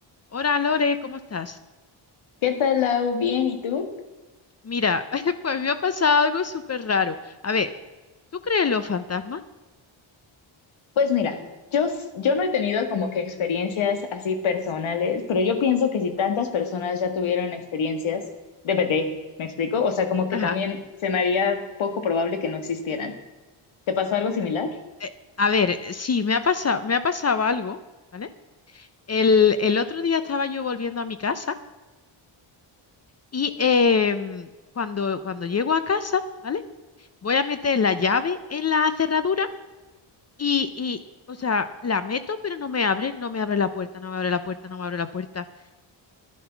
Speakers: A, on the left; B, on the left.
A: Hola Lore, ¿cómo estás?
B: ¿Qué tal, Lau? Bien, ¿y tú?
A: Mira, <laughs> pues me ha pasado algo súper raro. A ver, ¿tú crees en los fantasmas?
B: Pues mira, yo, s- yo no he tenido como que experiencias así personales, pero yo pienso que si tantas personas ya tuvieron experiencias, DPT, ¿me explico? O sea, como que
A: Ajá.
B: también se me haría poco probable que no existieran. ¿Te pasó algo similar?
A: Eh, a ver, eh, sí, me ha pasado, me ha pasado algo, ¿vale? El, el otro día estaba yo volviendo a mi casa y em, cuando, cuando llego a casa, ¿vale? Voy a meter la llave en la cerradura y, y, o sea, la meto, pero no me abre, no me abre la puerta, no me abre la puerta, no me abre la puerta.